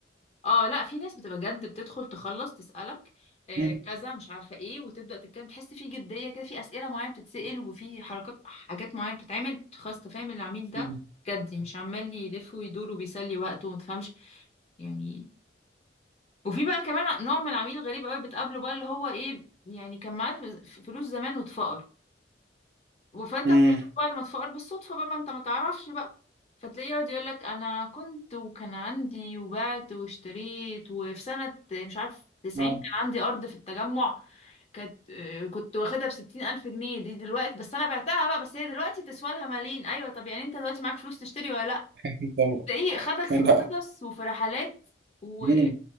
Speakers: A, on the left; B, on the right.
A: اه لا في ناس بتبقى جد بتدخل تخلص تسألك آه
B: مم.
A: كذا مش عارفة ايه وتبدأ تتكلم تحس في جدية كده في أسئلة معينة بتتسأل وفي حركات حاجات معينة بتتعمل خلاص تفهم العميل ده
B: مم.
A: جدي مش عمال يلف ويدور وبيسلي وقته وما تفهمش يعني وفي بقى كمان نوع من العميل غريب قوي بتقابله بقى اللي هو ايه يعني كان معاه ف- فلوس زمان واتفقر فانت
B: مم.
A: اتكلمت بعد ما تفقر بالصدفه بقى ما انت ما تعرفش بقى فتلاقيه يقعد يقول لك انا كنت وكان عندي وبعت واشتريت وفي سنه مش عارف 90
B: آه.
A: كان عندي ارض في التجمع كانت آه، كنت واخدها بستين ألف جنيه دي دلوقتي بس أنا بعتها بقى بس هي دلوقتي تسوى لها ملايين أيوة طب يعني أنت دلوقتي معاك فلوس تشتري ولا لأ
B: <laughs>
A: تلاقيه خدك
B: طب-
A: في
B: لا
A: قصص وفي رحلات و-
B: مم.